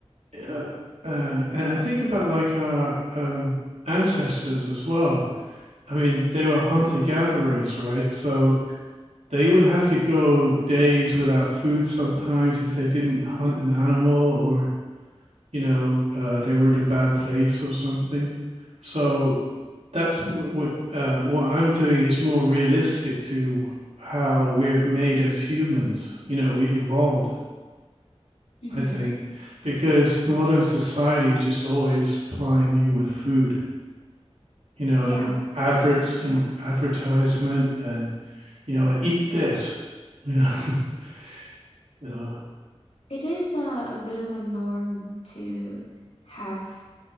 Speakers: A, on the right (about 85°); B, on the left (about 85°).
A: uh, uh, and I think about like our um, ancestors as well. I mean, they were hunter gatherers, right? So they would have to go days without food sometimes if they didn't hunt an animal or, you know, uh, they were in a bad place or something. So that's what uh, what I'm doing is more realistic to how we're made as humans. You know, we evolved,
B: hmm
A: I think, because modern society is just always plying you with food. You know,
B: Yeah,
A: and adverts
B: yeah.
A: and advertisement, and you know, like, eat this. You know, <laughs> you know,
B: It is a, a bit of a norm to have